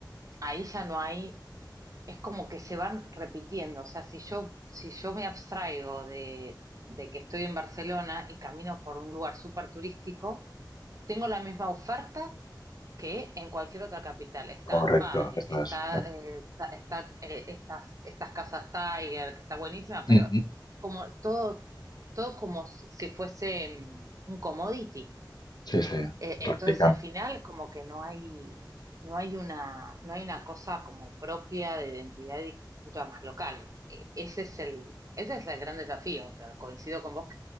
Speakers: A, on the right; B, on the left.
A: ahí ya no hay, es como que se van repitiendo, o sea, si yo, si yo me abstraigo de, de que estoy en Barcelona y camino por un lugar súper turístico, tengo la misma oferta que en cualquier otra capital. Está
B: correcto,
A: Bargain,
B: eso
A: está,
B: es.
A: eh, ta- está, eh, estas, estas casas Tiger, que está buenísima, pero
B: Ujú.
A: como todo, todo como si si fuese mm, un commodity.
B: Sí, sí,
A: Eh, entonces
B: replicando
A: al final como que no hay, no hay una, no hay una cosa como propia de identidad y cultura más local. Eh, Ese es el, ese es el gran desafío, pero coincido con vos